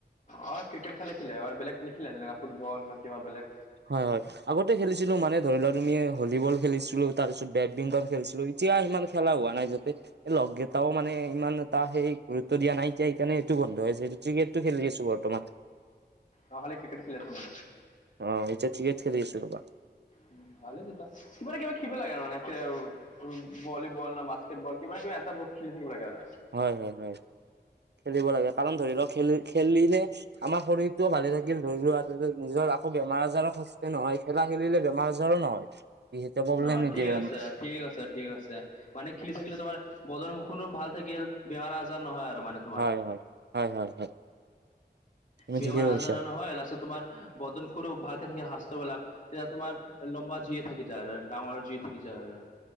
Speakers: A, on the left; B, on the right.
A: অ ক্ৰিকেট খালী খেলে বেলেগ নিখিলে যেনেকা ফুটবল না কিবা বেলেগ?
B: হয় হয় আগতে খেলিছিলো মানে ধৰি লোৱা তুমি ভলীবল খেলিছিলো তাৰ পিছত বেডমিন্টন খেলিছিলো। তিয়া সিমান খেলা হোৱা নাই যাতে লগ গেটাও মানে ইমান এটা সেই গুৰুত্ব দিয়া নাই এতিয়া এইকাৰণে এইটো বন্ধ হৈছে। ত্ৰিকেটটো খেলি আছো বৰ্তমান।
A: নহ'লে ক্ৰিকেট খেলি আছ মানে।
B: অ এতিয়া ত্ৰিকেট খেলি আছো ৰবা।
A: উ ভালেই তিতা কিবা নহয় কিবা খিব লাগে আৰু মানে <unintelligible> ভলীবল না বাস্কেট বল কিবা না কিবা এটা খেলি থাকিব লাগে আৰে।
B: হয় হয় হয় খেলিব লাগে কাৰণ ধৰি লওক খেলি খেলিলে আমাৰ শৰীৰটোও ভালে থাকিল ধৰি লোৱা নিজৰ আকৌ বেমাৰ আজাৰো সজ কে নহয়। খেলা খেলিলে বেমাৰ আজাৰো নহয় বিশেষকে প্ৰব্লেম
A: অ
B: নিদিয়ে
A: ঠিক
B: বেমা-
A: আছে ঠিক আছে ঠিক আছে। মানে খেলি থাকিলে তোমাৰ বদৰ মুখনো ভাল থাকিল বেমাৰ আজাৰ নহয় আৰু মানে তোমাৰ
B: হয় হয়, হয় হয় হয়। তুমি
A: বেমাৰ
B: ঠিকে কৈছা
A: আজাৰো নহয় লাষ্টত তোমাৰ বদন খুৰো ভালকে থাকে সাস্থ্যবিলাক তেতিয়া তোমাৰ লম্বা যিয়ে থাকি যায় ডাঙৰ যি থাকি যায়।